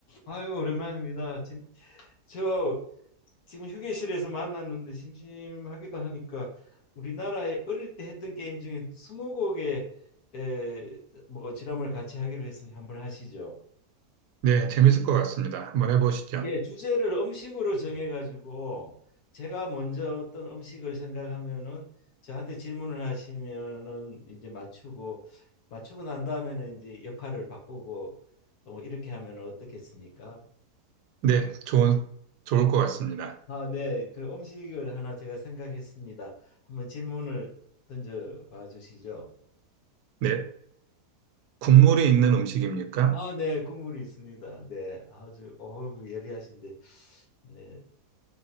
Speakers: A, on the left (about 65°); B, on the right (about 80°).
A: 아유, 오랜만입니다. 진, 저 지금 휴게실에서 만났는데 심심하기도 하니까 우리나라에 어릴 때 했던 게임 중에 스무고개 에, 뭐 지람을 같이 하기로 했으니 한번 하시죠.
B: 네, 재밌을 것 같습니다. 한번 해보시죠.
A: 예, 주제를 음식으로 정해가지고 제가 먼저 어떤 음식을 생각하면은 저한테 질문을 하시면은 이제 맞추고 맞추고 난 다음에는 이제 역할을 바꾸고 뭐 이렇게 하면 어떻겠습니까?
B: 네, 좋은, 좋을 것 같습니다.
A: 아, 네. 그 음식을 하나 제가 생각했습니다. 한번 질문을 던져 봐 주시죠.
B: 네, 국물이 있는 음식입니까?
A: 아, 네. 국물이 있습니다. 네. 아주 어우 예리하신데. 네.